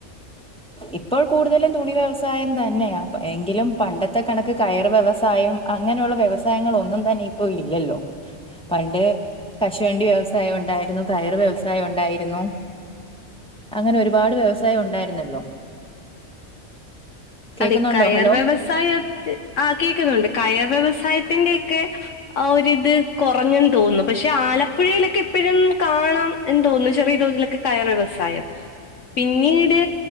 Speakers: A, in the centre; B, on the left.
A: ഇപ്പോൾ കൂടുതലും തുണി വ്യവസായം തന്നെയാ എങ്കിലും പണ്ടത്തെ കണക്ക് കയർ വ്യവസായം അ ങ്ങനെയുള്ള വ്യവസായങ്ങളൊന്നും തന്നെ ഇപ്പൊ ഇല്ലല്ലോ പണ്ട് കശുവണ്ടി വ്യവസായം ഉണ്ടായിരുന്നു കയറ് വ്യവസായം ഉണ്ടായിരുന്നു അങ്ങനെ ഒരുപാട് വ്യവസായം ഉണ്ടായിരുന്നല്ലോ കേക്കുന്നുണ്ടോ
B: അതെ കയർ
A: ഹലോ
B: വ്യവസായത്ത് ആ കേക്കുന്നുണ്ട് കയർ വ്യവസായത്തിന്റെ ക്കെ ആ ഒരിത് കുറഞ്ഞെന്ന് തോന്നുന്നു പക്ഷെ ആലപ്പുഴയിലൊക്കെ ഇപ്പഴും കാണാം എന്തൊ തോന്ന് ചെറിയ തോതിലൊക്കെ കയർ വ്യവസായം പിന്നീട്